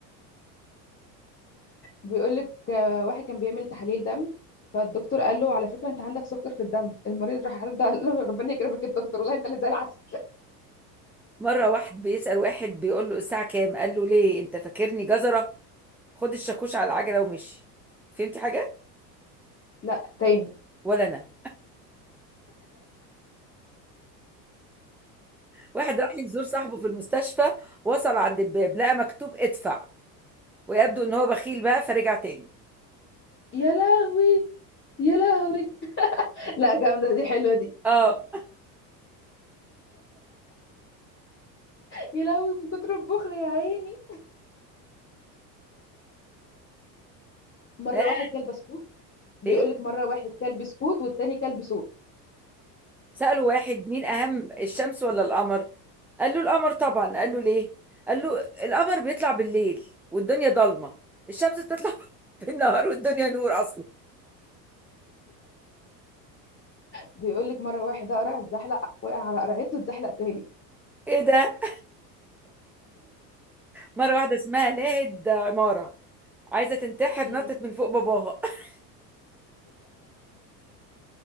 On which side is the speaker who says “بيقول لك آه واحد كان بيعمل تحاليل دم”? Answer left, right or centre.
Left